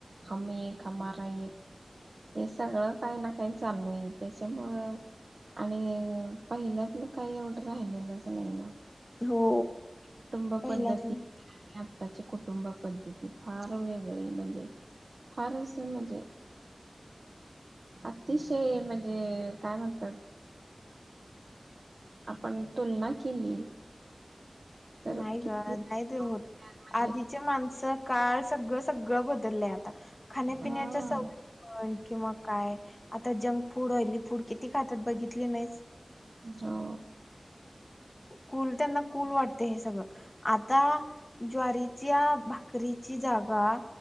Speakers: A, on the right (about 75°); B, on the left (about 35°).
A: हम एक हमारा एक हे सगळं काही ना काही चालू आहे त्याच्यामुळं आणि पहिल्यातलं काही एवढं राहिलेलंच नाही ना
B: हो
A: कुटुंब
B: पहिल्यातलं
A: पद्धती त्याची कुटुंब पद्धती फार वेगळी म्हणजे फार अस म्हणजे अतिशय म्हणजे काय म्हणतात आपण तुलना केली तर
B: नाही
A: किती
B: ग नाही ते होत
A: म्हणजे
B: आधीचे माणस काळ सगळं सगळं बदलय आता खाण्यापिण्याच्या
A: हा
B: सवयी मपण किंवा काय आता जंक फूड ऑइली फूड किती खातात बघितले नाहीस
A: हो
B: कुल त्यांना कुल वाट ते सगळं आता ज्वारीच्या भाकरीची जागा